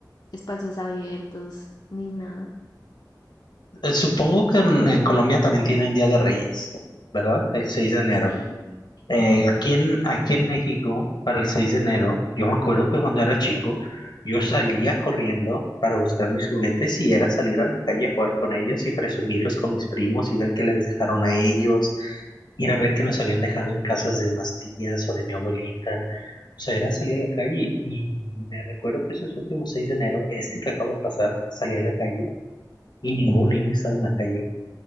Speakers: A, on the left; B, on the left.
A: espacios abiertos ni nada.
B: Eh, Supongo que en, en Colombia también tienen Día de Reyes, ¿verdad? El 6 de enero.
A: Sí, enero.
B: Eh, aquí en, aquí en México, para el 6 de enero, yo me acuerdo que cuando era chico, yo salía corriendo para buscar mis juguetes y era salir a la calle a jugar con ellos y presumirlos con mis primos y ver que les dejaron a ellos, ir a ver que nos habían dejado en casas de unas tías o de mi abuelita. O sea, era salir a la calle y me recuerdo que esos últimos 6 de enero, este que acaba de pasar, salí a la calle y ningún niño estaba en la calle.